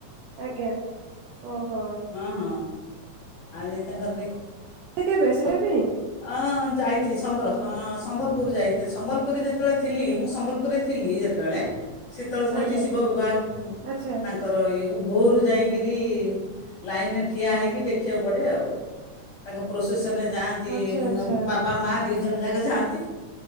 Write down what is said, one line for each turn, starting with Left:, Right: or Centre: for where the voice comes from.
Right: ଆଜ୍ଞା। ଓହୋ।
Left: ହଁ ହଁ। ଆଜି ତାଙ୍କର ବି
Right: ଟିକେ ବେଶୀ ଦେବି।
Left: ହଁ ଯାଇଚି ସମ୍ବଲ ହଁ ସମ୍ବଲପୁର ଯାଇଚି। ସମ୍ବଲପୁରରେ ଯେତେବେଳେ ଥିଲି ମୁଁ ସମ୍ବଲପୁର ପୁରୁ ରେ ଥିଲି ଯେତେବେଳେ ଶୀତଳ ଷଷ୍ଠୀ
Right: ଆଜ୍ଞା
Left: ଶିବ ବିବାହ ତା
Right: ଆଚ୍ଛା
Left: ତାଙ୍କର ଇଏକୁ ଭୋରୁ ଯାଇଁକିରି ଲାଇନ ରେ ଠିଆ ହେଇକି ଦେଖିବାକୁ ପଡ଼େ ଆଉ। ତାଙ୍କ ପ୍ରୋସେସନରେ ଯାଆନ୍ତି
Right: ଆଚ୍ଛା ଆଚ୍ଛା
Left: ବାବା ମା ଦୁଇ ଜଣ ଯାକ ଯାଆନ୍ତି।